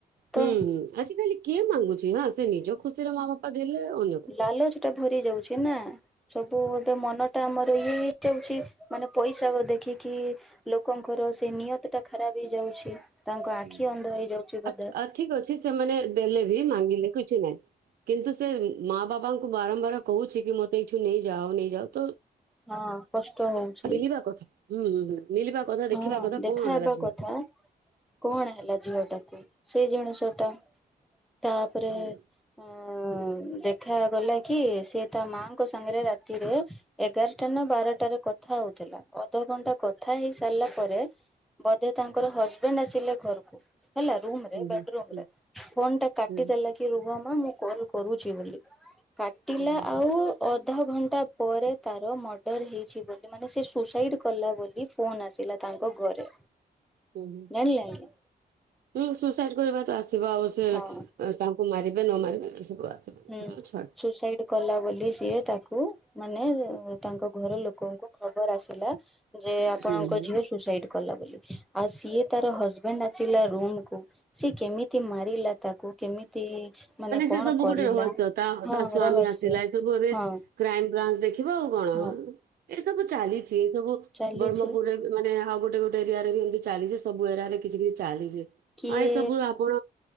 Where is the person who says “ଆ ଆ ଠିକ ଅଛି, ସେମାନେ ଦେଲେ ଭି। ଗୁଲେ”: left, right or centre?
Right